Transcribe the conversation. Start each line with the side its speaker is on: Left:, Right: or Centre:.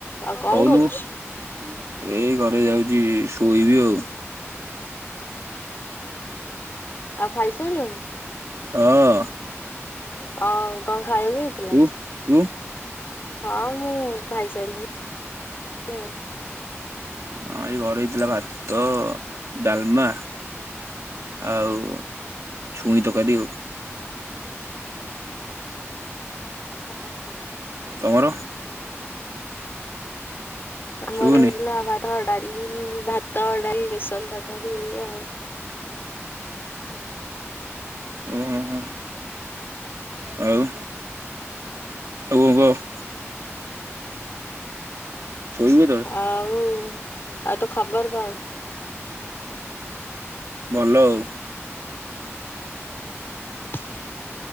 Left: ଆଉ କଣ
Right: କହୁନୁ
Left: କରୁଛୁ?
Right: ଏଇ ଘ ମୁଁ ଏଇ ଯାଉଛି ଶୋଇବି ଆଉ।
Left: ଆଉ ଖାଇସାରିଲୁଣି?
Right: ହଁ।
Left: କଣ କଣ ଖାଇବାକୁ ହେଇଥିଲା?
Right: ତୁ ତୁ
Left: ହଁ ମୁଁ ଖାଇସାରିଲିଣି ଆଉ।
Right: ହଁ ଏଇ ଘରେ ହେଇଥିଲା ଭାତ। ଡାଲମା, ଆଉ ଛୁଇଁ ତକାରି ଆଉ।
Left: <inaudible>
Right: ତମର?
Left: ଆମର
Right: ଶୁଭୁନି
Left: ହେଇଥିଲା ଭାତ, ଡ଼ା ଇ ଭାତ, ଡାଲି, ବେସନ ତରକାରୀ ଏଇୟା ଆଉ। ହ
Right: ଓହୋ ହୋ ଆଉ। ଆଉ କଣ କହ? ଶୋଇବୁ କେତେବେଳେ
Left: ଆଉ ଆଉ ତୋ ଖବର କଣ?
Right: ଭଲ ଆଉ।
Left: ହଁ